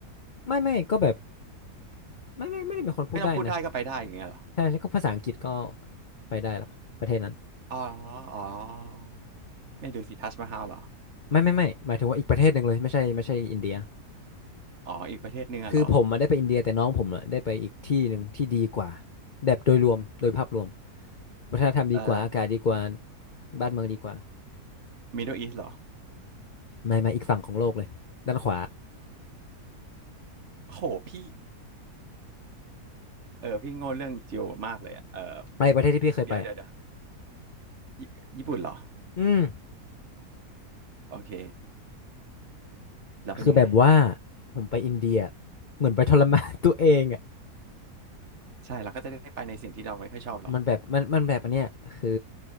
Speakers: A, on the left; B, on the right.
A: ไม่ไม่ก็แบบไม่ไม่ไม่ได้เป็นคนพูดได้นะ
B: ไม่ต้องพูดได้ก็ไปได้อย่างเงี้ยเหรอ
A: ใช่ใช่ก็ภาษาอังกฤษก็ไปได้ละประเทศนั้น
B: อ๋ออ๋อไม่ดูสิทัชมาฮาลเหรอ
A: ไม่ไม่ไม่หมายถึงว่าอีกประเทศหนึ่งเลยไม่ใช่ไม่ใช่อินเดีย
B: อ๋ออีกประเทศหนึงอะเหรอ
A: คือผมมาได้ไปอินเดียแต่น้องผมอะได้ไปอีกที่หนึ่งที่ดีกว่าแบบโดยรวมโดยภาพรวมวัฒนธรรมดีกว่าอากาศดีกว่า
B: เอ่อ
A: บ้านเมืองดีกว่า
B: มิดเดิลอีสเหรอ
A: ไม่มาอีกฝั่งของโลกเลยด้านขวา
B: โหพี่เออพี่โง่เรื่องจิโอมากเลยอะเออ
A: ไปประเทศที่พี่เคยไปอะ
B: เดี๋ยวเดี๋ยวเดี๋ยวญี่ญี่ปุ่นเหรอ
A: อืม
B: โอเค แล้วเป็นยังไง
A: คือแบบว่าผมไปอินเดียเหมือนไปทรมาน <laughs> ตัวเองอะ
B: ใช่เราก็จะได้ไปในสิ่งที่เราไม่ค่อยชอบหรอก
A: มันแบบมันมันแบบอันเนี้ยคือ